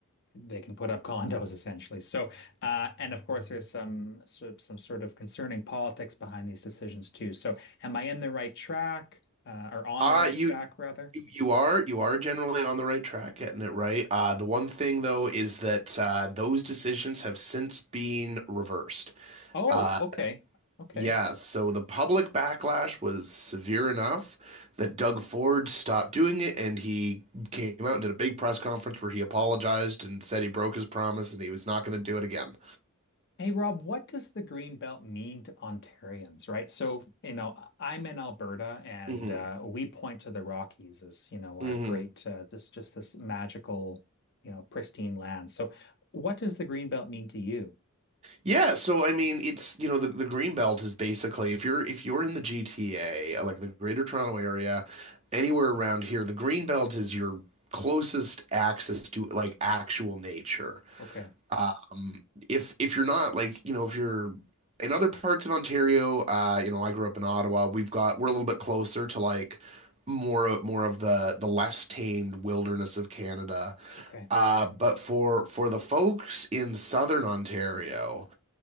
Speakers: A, on the left; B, on the right.
A: they can put up <laughs> condos essentially. So, uh, and of course, there's some so, some sort of concerning politics behind these decisions too. So, am I in the right track, uh, or on
B: Uh,
A: the right
B: you,
A: track
B: you
A: rather?
B: you are you are generally on the right track, getting it right. Uh, the one thing though is that uh, those decisions have since been reversed.
A: Oh,
B: Uh,
A: okay, okay.
B: yeah, so the public backlash was severe enough that Doug Ford stopped doing it, and he came out and did a big press conference where he apologized and said he broke his promise and he was not going to do it again.
A: Hey Rob, what does the Green Belt mean to Ontarians, right? So, you know, I'm in Alberta and
B: hmm
A: uh, we point to the Rockies as, you know, our
B: hmm
A: great, uh, this just this magical, you know, pristine land. So, what does the Green Belt mean to you?
B: Yeah, so I mean, it's you know the the green belt is basically if you're if you're in the GTA, uh, like the Greater Toronto Area, anywhere around here, the green belt is your closest access to like actual nature.
A: Okay.
B: Um, if if you're not like you know if you're in other parts of Ontario, uh, you know I grew up in Ottawa. We've got we're a little bit closer to like more of- more of the the less tamed wilderness of Canada.
A: Okay.
B: Uh, but for for the folks in southern Ontario